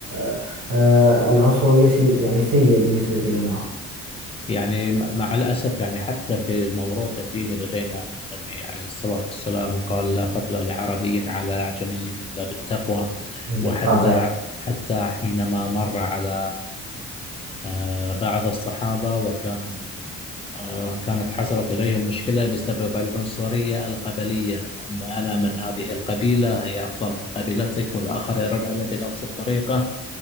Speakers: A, on the right; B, on the left.
A: آه، آه، العنصرية شيء يعني سيء بالنسبة لنا
B: يعني م- مع الأسف يعني حتى في الموروث الديني لدينا أن النبي عليه الصلاة والسلام قال لا فضل لعربي على أعجمي إلا بالتقوى
A: بالطبع
B: وحتى حتى حينما مر على آه، بعض الصحابة وكانوا آه، كانت حصلت لديهم مشكلة بسبب العنصرية القبلية أن أنا من هذه القبيلة هي أفضل من قبيلتك والآخر يرد علي بنفس الطريقة